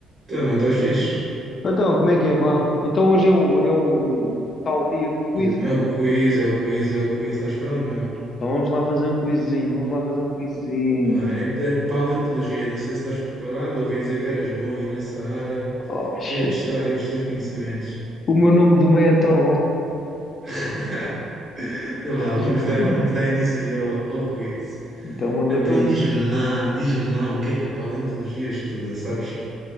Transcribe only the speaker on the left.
Então, como é que é, pá? Então hoje é o, é o tal dia do quiz,
né?
Então vamos lá fazer um quizinho, vamos lá fazer um quizinho.
Oxe,
o meu nome do meio é Thor
<laughs>
Então manda
vir.